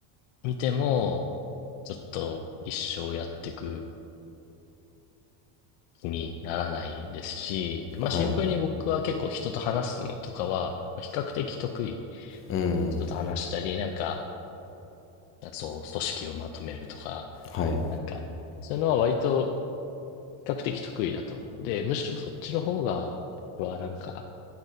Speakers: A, on the left; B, on the left.
A: 見ても、ちょっと一生やってく気にならないですし、まあ、
B: はい
A: シンプルに僕は結構人と話すのとかは、まあ比較的得意。
B: うん
A: 人と話したり、なんか、そう、組織をまとめるとか、
B: はい
A: なんか、そういうのは割と比較的得意だと思うので、むしろそっちの方が、僕はなんか、